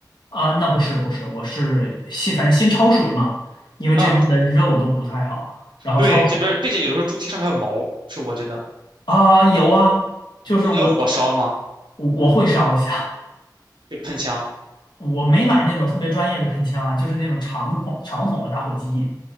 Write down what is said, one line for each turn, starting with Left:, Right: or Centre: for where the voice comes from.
Left: 啊。那不是不是，我是先反正先焯水嘛，因为这边的肉都不太好，
Right: 嗯，
Left: 然后焯水
Right: 对，这边儿，并且有的时候猪蹄上面还有毛，是我真的，
Left: 啊，有啊，就是我
Right: 你叫火烧吗？
Left: 我我会烧一下，
Right: 就喷枪，
Left: 我没买那种特别专业的喷枪啊，就是那种长筒长筒的打火机。